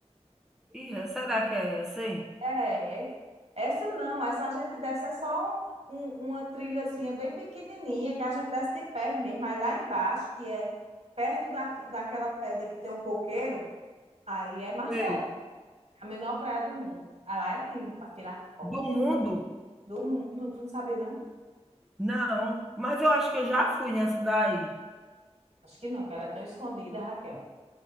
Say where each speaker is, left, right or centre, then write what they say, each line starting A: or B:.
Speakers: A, in the centre; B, on the right.
A: Ih, é- será que é essa, hein?
B: É, essa não, essa a gente desce é só um- um- uma trilhazinha bem pequenininha, que a gente desce de pé mesmo, aí lá embaixo, que é perto da, daquela pedra que tem um coqueiro, aí é Marcelo,
A: Sei.
B: é a menor praia do mundo. Aí lá é lindo, para tirar foto
A: Do mundo?
B: do mundo, tu não sabia não?
A: Não, mas eu acho que eu já fui nessa daí,
B: Acho que não, que ela é tão escondida, Raquel.